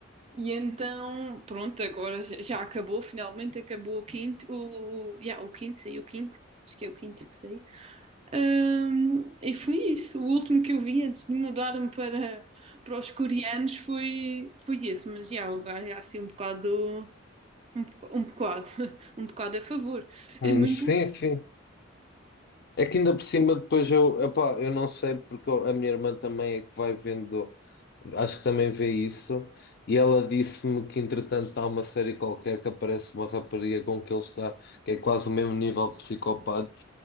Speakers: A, on the right; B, on the left.
A: E então, pronto, agora já já acabou, finalmente acabou o quinto, o, o, yeah, o quinto, saiu o quinto, acho que é o quinto que saiu. Ahm, e foi isso. O último que eu vi antes de mudar-me para, para os coreanos foi, foi esse. Mas já, o gajo é assim um bocado, um, boca- um bocado, <laughs> um bocado a favor.
B: Hum,
A: É muito
B: Sim,
A: louco.
B: sim. É que ainda por cima depois eu, epá, eu não sei porque eu- a minha irmã também é que vai vendo. acho que também vê isso. E ela disse-me que, entretanto, há uma série qualquer que aparece uma rapariga com que ele está, que é quase o mesmo nível de psicopata.